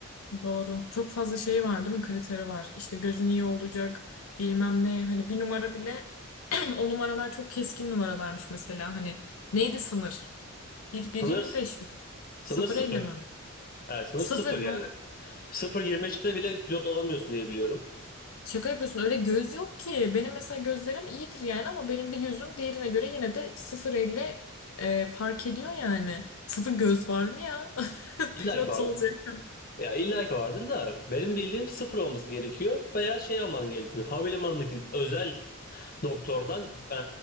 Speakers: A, on the left; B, on the left.
A: Doğru. Çok fazla şey var değil mi? Kriteri var. İşte gözün iyi olacak, bilmem ne. Hani bir numara bile <clears throat> o numaralar çok keskin numaralarmış mesela. Hani neydi sınır? 1, 1.25
B: Sınır,
A: mi?
B: sınır
A: 0.50
B: sıfır.
A: mi?
B: Evet, sınır
A: Sıfır
B: sıfır
A: mı?
B: yani. 0.25'te bile pilot olamıyorsun diye biliyorum.
A: Şaka yapıyorsun öyle göz yok ki. Benim mesela gözlerim iyidir yani ama benim bir gözüm diğerine göre yine de 0.50 e, fark ediyor yani. Sıfır göz var mı ya? <laughs>
B: İlla
A: Pilot
B: ki vardır.
A: olacak.
B: Ya illa ki vardır da benim bildiğim sıfır olması gerekiyor veya şey alman gerekiyor. Havalimanındaki özel doktordan e,